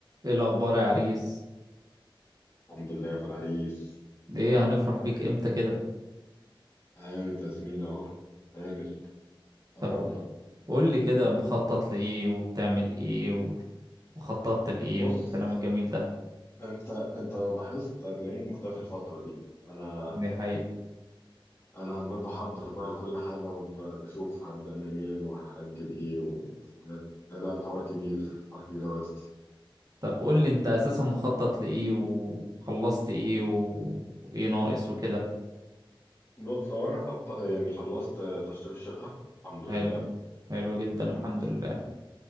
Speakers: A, on the right (about 45°); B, on the left (about 25°).
A: ايه الاخبار يا عريس
B: الحمد لله يا اخو العريس
A: ايه هنفرح بيك امتى كده
B: انا زميل اهو انا قربنا
A: طب قول لي كده مخطط لايه وبتعمل ايه و... وخططت لايه
B: بص
A: والكلام الجميل ده
B: انت انت لو لاحظت هتلاقيني مختفي الفتره دي انا
A: دي حقيقة
B: انا عمال بحضر بقى لكل حاجه وبشوف هبدا منين وهاجل ايه و... لا الحوار كبير الحوار كبير قوي يا اسطى
A: طب قول لي انت اساسا مخطط لايه وخلصت ايه و- وايه ناقص وكده
B: بص هو انا خط... يعني خلصت تشطيب الشقه الحمد لله
A: حلو حلو جدا
B: تمام
A: الحمد لله